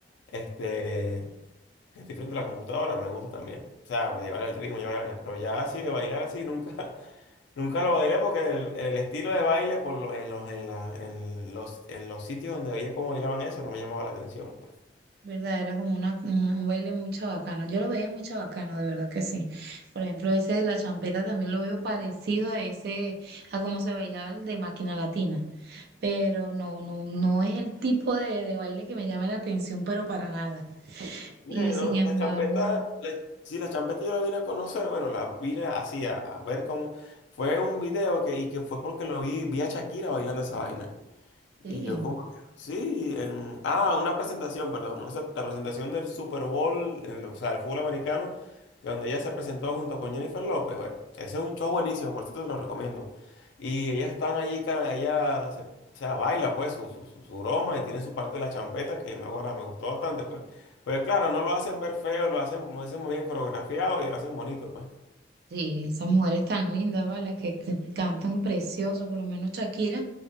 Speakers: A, on the left (about 80°); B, on the right (about 55°).
A: este, que estoy frente a la computadora, me gusta también. O sea, llevar el ritmo, llevar el... Pero ya así de bailar así, nunca, <laughs> nunca lo bailé porque el, el estilo de baile por lo- en los, en la- en los, en los sitios donde veía cómo bailaban eso no me llamaba la atención. pues.
B: ¿Verdad? Era como una, un un baile muy chabacano. Yo lo veía muy chabacano, de verdad que sí. Por ejemplo, ese de la champeta también lo veo parecido a ese, a cómo se bailaba el de Máquina Latina. Pero no, no, no es el tipo de, de baile que me llame la atención, pero para nada.
A: Bueno,
B: Y sin embargo,
A: la champeta, la- sí, la champeta yo la vine a conocer, bueno, la vine así a, a ver cómo fue un video que, y que fue porque lo vi, vi a Shakira bailando esa vaina.
B: sí,
A: Y yo como que, sí, en, ah, una presentación, perdón, una se- la presentación del Super Bowl, en el- o sea, el fútbol americano, que donde ella se presentó junto con Jennifer López. Bueno, ese es un show buenísimo, por cierto, te lo recomiendo. Y ellas están allí, ca- ella, se, o sea, baila pues su, su, su, su broma y tiene su parte de la champeta, que me, acuerdo, me gustó bastante, pues. Pues claro, no lo hacen ver feo, lo hacen, lo hacen muy bien coreografiado y lo hacen bonito, pues.
B: sí, esas mujeres tan lindas, ¿vale? Que, que cantan precioso, por lo menos Shakira.